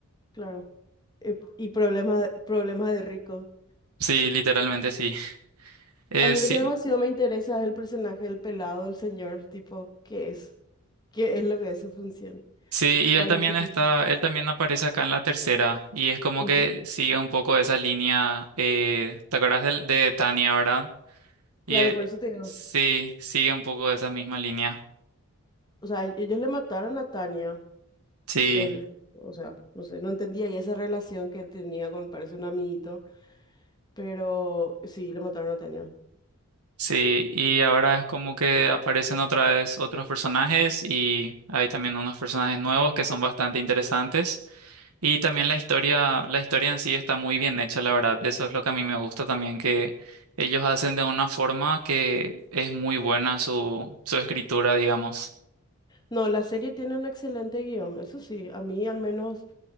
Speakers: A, on the left; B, on the right.
A: Claro. Eh, y problemas problemas de rico.
B: Sí, literalmente sí. Eh,
A: A mí
B: sí,
A: lo que demasiado me interesa es el personaje del pelado, del señor, tipo, ¿qué es? ¿Qué es lo que es su función?
B: sí, y
A: ¿Cuál
B: él también
A: es su función?
B: está, él también aparece acá en la tercera, y es como
A: Ujú.
B: que sigue un poco esa línea, eh, ¿te acuerdas del- de, Tania, ¿verdad? Y
A: Claro,
B: eh,
A: por eso te digo.
B: sí, sigue un poco esa misma línea.
A: O sea, ellos le mataron a Tania.
B: Sí,
A: él, o sea, no sé, no entendía y esa relación que él tenía con, parece un amiguito, pero sí, le mataron a Tania.
B: sí. Y ahora es como que aparecen otra vez otros personajes y hay también unos personajes nuevos que son bastante interesantes. Y también la historia, la historia en sí está muy bien hecha, la verdad. Eso es lo que a mí me gusta también, que ellos hacen de una forma que es muy buena su, su escritura, digamos.
A: No, la serie tiene un excelente guión, eso sí, a mí al menos